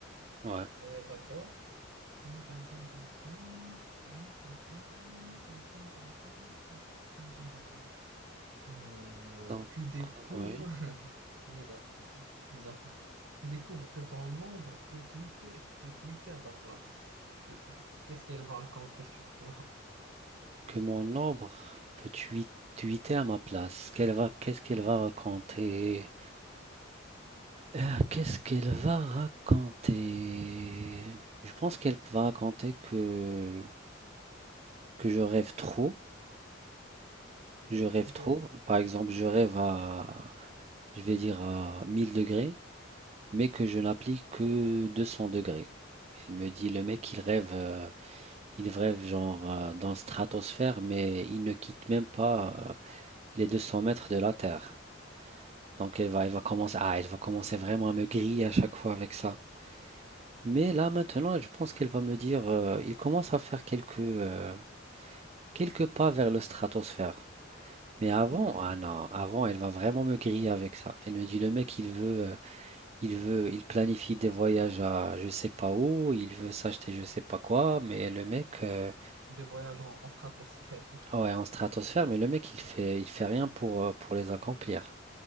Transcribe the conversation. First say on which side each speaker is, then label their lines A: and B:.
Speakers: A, on the right; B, on the right.
A: Ouais.
B: Euh, d'accord. Tin, tin, tin, tin, tin, tin, tin, tin, tin, tin, tin, tin, tin, tin, tin, tin, tin, tin. Euh,
A: Donc,
B: tu découvres,
A: ouais.
B: <laughs> bizarre, Bizarre. Tu découvres que ton ombre peut tweeter, peut tweeter à ta place. Qu'est- Qu'est-ce qu'elle va raconter sur toi?
A: Que mon ombre peut tui- tweeter à ma place. Qu'elle va, qu'est-ce qu'elle va raconter? Ah, qu'est-ce qu'elle va raconter? Je pense qu'elle va raconter que, que je rêve trop. Je rêve
B: Ok.
A: trop. Par exemple, je rêve à, je vais dire à 1000 degrés, mais que je n'applique que 200 degrés. Elle me dit, le mec, il rêve. euh, Ils vrèvent genre euh, dans la stratosphère, mais ils ne quittent même pas euh, les 200 mètres de la Terre. Donc elle va, elle va commencer, ah, elle va commencer vraiment à me griller à chaque fois avec ça. Mais là maintenant, je pense qu'elle va me dire, euh, il commence à faire quelques, euh, quelques pas vers le stratosphère. Mais avant,
B: <laughs>
A: ah non, avant, elle va vraiment me griller avec ça. Elle me dit, le mec, il veut, euh, il veut, il planifie des voyages à je sais pas où, il veut s'acheter je sais pas quoi, mais le mec, euh,
B: Des voyages en, en stratosphère.
A: Ah Ouais, en stratosphère, mais le mec, il fait, il fait rien pour, euh, pour les accomplir.